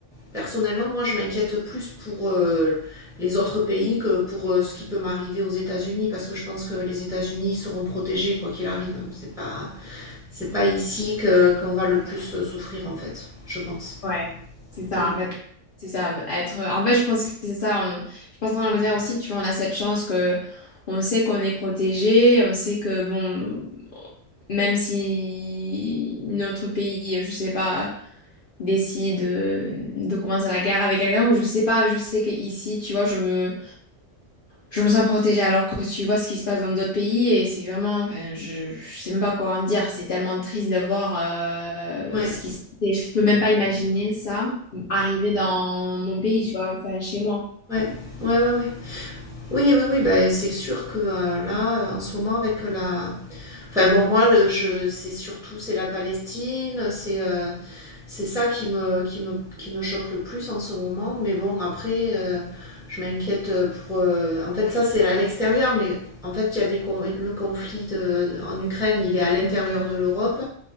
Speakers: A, in the centre; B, on the left.
A: personnellement, moi, je m'inquiète plus pour euh, les autres pays que pour euh, ce qui peut m'arriver aux États-Unis, parce que je pense que les États-Unis seront protégés quoi qu'il arrive. C'est pas, c'est pas ici que, qu'on va le plus euh, souffrir, en fait, je pense.
B: Ouais, c'est ça,
A: Mm.
B: en fait. C'est ça, être... En fait, je pense que c'est ça. on- Je pense qu'en Angleterre aussi, tu vois, on a cette chance que on sait qu'on est protégé, on sait que, bon, même si notre pays, je sais pas décide euh, de commencer la guerre avec quelqu'un ou je sais pas, je sais qu'ici, tu vois, je me, je me sens protégée alors que tu vois ce qui se passe dans d'autres pays et c'est vraiment, enfin, je, je sais même pas quoi en dire, c'est tellement triste de voir euh,
A: Ouais,
B: ce qui se passe et je peux même pas imaginer ça arriver dans mon pays, tu vois, enfin chez moi.
A: ouais, ouais, ouais, ouais. Oui, oui, oui, ben, c'est sûr que euh, là, euh, en ce moment, avec la... Enfin bon, moi, le- je, c'est surtout, c'est la Palestine, c'est... euh, C'est ça qui me, qui, me, qui me choque le plus en ce moment. Mais bon, après, euh, je m'inquiète pour. euh, en fait, ça, c'est à l'extérieur, mais en fait, il y a des le conflit de- de- en Ukraine, il est à l'intérieur de l'Europe.